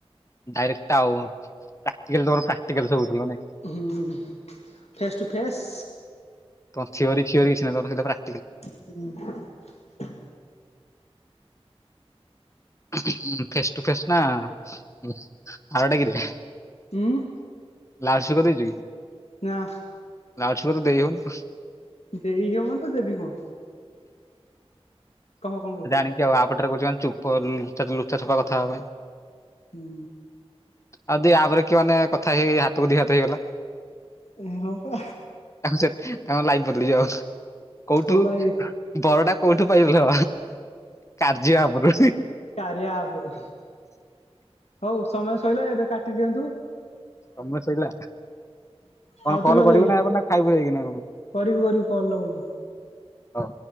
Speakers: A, on the left (about 30°); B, on the left (about 85°).
A: ଡାଇରେକ୍ଟ୍ ଆଉ ପ୍ରଟି
B: ହ ଫେସ୍ ଟୁ ଫେସ୍।
A: ତମ ଥିିରି ଖିରି କିଛି ନା ତ ସେ ପୁରା
B: ହୁଁ।
A: ହ ଫେସ୍ ଟୁ ଫେସ୍ ନା ଅରଡଗରେି
B: ହୁଁ।
A: ଲାଲସ କରି ଦେଇେଇଛି କି?
B: ନାଁ।
A: ଲାଉଛ ତ ଦେଇ ହଉନ?
B: ଦେଇ ହବ ତ ଦେବି କହ। କଣ କହୁଛୁ
A: ଜାଣିକି ଆଉ ଆପରେ କହୁ ଚୁପ ଲୁଚା ଛପା କଥା ହବା ପାଇଁ।
B: ହୁଁ।
A: ଆଉ ଦି ଆଗରେ କି ମାନେ କଥା ହେଇ ହାତକୁ ଦେହତ ହେଇଗଲା।
B: ହୁଁ ହଁ ପା
A: ତାଙ୍କ ସେ ତାଙ୍କର ଲାଇଫ ବଦଳିଯିବ ଆଉ। କୋଉଠୁ
B: ତ ଭାଇ
A: ବରଟା କୋଉଠୁ ପାଇଗଲେ। କାର୍ଯ୍ୟ ଆାବରୁ।
B: କାରିଆ ଆପ ରୁ ହଉ ସମୟ ସୋଇଲା ଏବେ କାଟିଦିଅନ୍ତୁ।
A: ସମୟ ସୋଇିଲା। କଣ
B: ଆଉଥରେ
A: କଲ
B: ଲଗେଇବି
A: କରିବୁ ନାହିଁ ଆପଣ ନା ଖାଇବୁ ହେଇକି ନାହିଁ କଣ?
B: କରିବି କରିବି କଲ ଲଗଉଛି।
A: ହଁ।